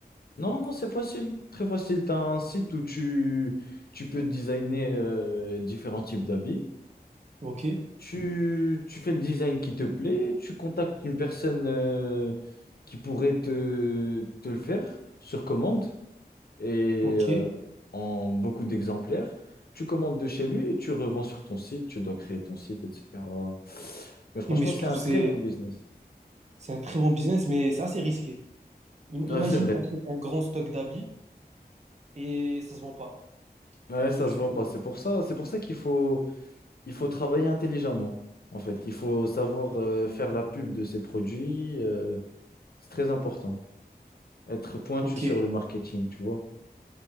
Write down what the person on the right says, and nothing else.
Ok,
ok.
Et
mais je
trouve
que
c'est
c'est un très bon business, mais c'est assez risqué. Im-
Imagine,
tu achètes un grand stock d'habits et ça se vend pas.
Tu
fais comment?
Ok,